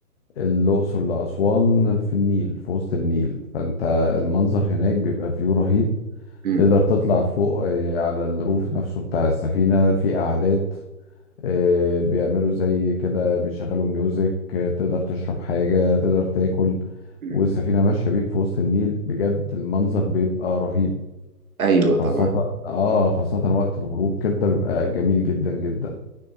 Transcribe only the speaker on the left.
الأقصر لأسوان في النيل في وسط النيل فأنت المنظر هناك بيبقى فيو رهيب
تقدر تطلع فوق آه، على الروف نفسه بتاع السفينة في قعدات آه، بيعملوا زي كده بيشغلوا ميوزك آه، تقدر تشرب حاجة تقدر تاكل
والسفينة ماشية بيك في وسط النيل بجد المنظر بيبقى رهيب
خاصة
اه خاصة وقت الغروب كده بيبقى جميل جدا جدا